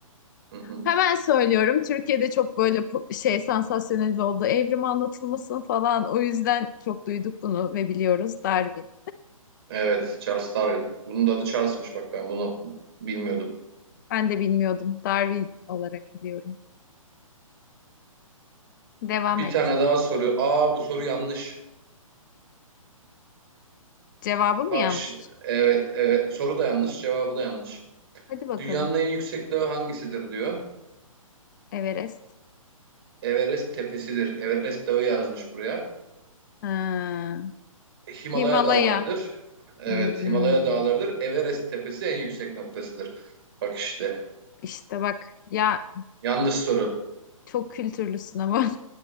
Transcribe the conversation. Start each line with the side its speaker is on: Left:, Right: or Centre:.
Right: Hı hı.
Left: Hemen söylüyorum. Türkiye'de çok böyle po- şey sansasyonel oldu. Evrim anlatılmasın falan. O yüzden çok duyduk bunu ve biliyoruz. Darwin.
Right: Evet, Charles Darwin. Bunun da adı Charles'mış bak ben bunu bilmiyordum.
Left: Ben de bilmiyordum. Darwin olarak biliyorum. Devam
Right: Bir
Left: et.
Right: tane daha soru. Aa bu soru yanlış.
Left: Cevabı mı
Right: Bak
Left: yanlış?
Right: şi- evet evet soru da yanlış, cevabı da yanlış.
Left: Hadi bakalım.
Right: Dünyanın en yüksek dağı hangisidir diyor.
Left: Everest.
Right: Everest tepesidir. Everest dağı yazmış buraya.
Left: Ha.
Right: Himalaya
Left: Himalaya.
Right: dağlarıdır. Evet,
Left: Hmm.
Right: Himalaya dağlarıdır. Everest tepesi en yüksek noktasıdır. Bak işte.
Left: İşte bak ya
Right: Yanlış soru.
Left: çok kültürlüsün ama <laughs>